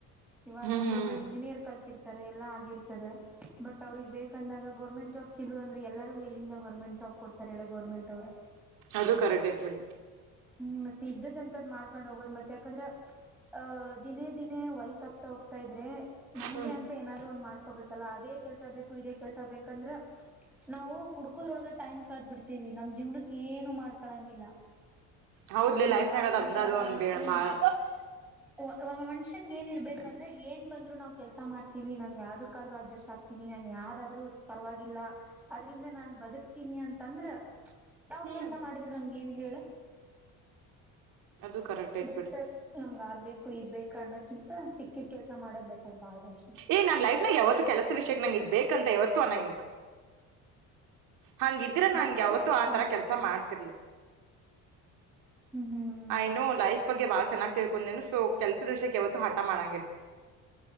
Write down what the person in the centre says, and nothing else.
ಇವಾಗ
ಒಬ್ಬೊಬ್ರು
ಇಂಜಿನಿಯರ್ ಕಲ್ತಿರ್ತಿ ಈತರ ಎಲ್ಲ ಆಗಿರ್ತದೆ ಬಟ್ ಅವ್ರಗ್ ಬೇಕಂದಾಗ ಗೋರ್ಮೆಂಟ್ ಜಾಬ್ ಸಿಗು ಅಂದ್ರೆ ಎಲ್ಲರಿಗು ಎಲ್ಲಿಂದ ಗೋರ್ಮೆಂಟ್ ಜಾಬ್ ಕೊಡ್ತಾರೆ ಹೇಳು ಗೋರ್ಮೆಂಟೋರು.
ಹ್ಮ್ ಮತ್ತೆ ಇದ್ದದ್ ಅಂತದ್ ಮಾಡ್ಕೊಂಡ್ ಹೋಗೋದ್ ಮತ್ತ್ ಯಾಕಂದ್ರ ಹ ದಿನೇ ದಿನೇ ವಯಸ್ಸ ಆಗ್ತಾ ಹೋಗ್ತಾ ಇದ್ರೆ ನಮ್ಗೆ
ಅಂತ ಏನಾದ್ರು ಒಂದ್ ಮಾಡ್ಕೊಬೇಕಲ್ಲ ಅದೇ ಕೆಲ್ಸ ಬೇಕು ಇದೇ ಕೆಲ್ಸ ಬೇಕಂದ್ರ ನಾವು ಹುಡ್ಕೋದ್ರೊಳಗ ಟೈಮ್ ಕಳದ್ ಬಿಡ್ತೀವಿ ನಮ್ ಜೀವನಕ್ ಏನು ಮಾಡ್ಕೊಳಂಗಿಲ್ಲ.
ನನ್ಗ್
ಆ
ಕೆಲ್ಸ
ಆಗಲ್ಲ
ಹ
ಒ ಒಬ್ಬ ಮನುಷ್ಯನ್ಗೇಗಿರ್ಬೇಕಂದ್ರೆ ಏನ್ ಬಂದ್ರು ನಾವ್ ಕೆಲ್ಸ ಮಾಡ್ತೀವಿ ನಾನ್ ಯಾವ್ದಕ್ಕಾದ್ರು ಅಡ್ಜಸ್ಟ್ ಆಗ್ತೀನಿ ನನ್ ಯಾವ್ದಾದ್ರು ಪರವಾಗಿಲ್ಲ ಅದ್ರಿಂದ ನಾನ್ ಬದುಕ್ತೀನಿ ಅಂತಂದ್ರ ಯಾವ್
ಕೆಲಸ ಮಾಡಿದ್ರ್ ನಮಗೇನ್ ಹೇಳು.
ಬೆಟರ್
ನಮ್ಗ ಆದ್ಬೇಕು ಇದ್ ಬೇಕು ಅನ್ನಕ್ಕ್ ಕಿಂತ ಸಿಕ್ಕಿದ್ ಕೆಲ್ಸ ಮಾಡೋದ್ ಬೆಟರ್ ಬಾಳ್ರ
ಬೆಸ್ಟ್
ಅದ್ ಆಕ್ಚುಲಿ
ಹ್ಮ್ ಹ್ಮ್